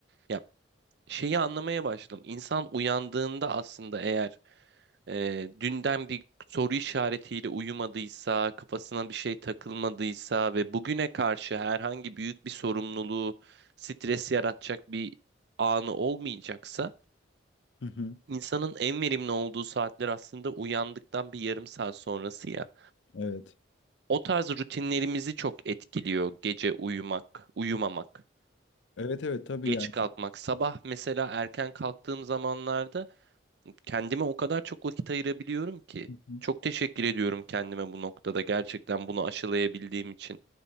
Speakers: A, on the right; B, on the left.
A: ya şeyi anlamaya başladım. İnsan uyandığında aslında eğer e, dünden bir soru işaretiyle uyumadıysa, kafasına bir şey takılmadıysa ve bugüne karşı herhangi büyük bir sorumluluğu, stres yaratacak bir anı olmayacaksa,
B: Hı hı.
A: insanın en verimli olduğu saatler aslında uyandıktan bir yarım saat sonrası ya.
B: Evet.
A: O tarz rutinlerimizi çok etkiliyor gece uyumak, uyumamak.
B: Evet evet tabii
A: Geç
B: yani.
A: kalkmak. Sabah mesela erken kalktığım zamanlarda kendime o kadar çok vakit ayırabiliyorum ki.
B: Hı hı.
A: Çok teşekkür ediyorum kendime bu noktada gerçekten bunu aşılayabildiğim için.